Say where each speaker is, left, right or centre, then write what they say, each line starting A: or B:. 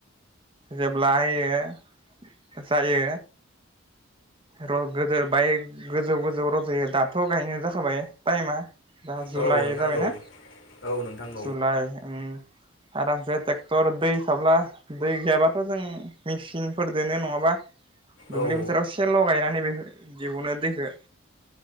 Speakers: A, on the right (about 25°); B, on the left (about 65°).
A: जेब्लाहयो जायो र गोदोर बमाय गोजौ गोजौ रज'यो दाथ' गायनाय जाखाबाय टायेमा दा जुलाइ
B: औ नोंथां
A: जाबायना
B: औ औ नोंथां औ नोंथां औ
A: जुलाइ उम आरामसे ट्रेक्टर दै थाब्ला दै गैयाबाथ' जों मेचिनफोरदोनो नङाबा दुब्लि
B: औ
A: बोथोराव सेल' गायनानै बे जिहुननो दैेखो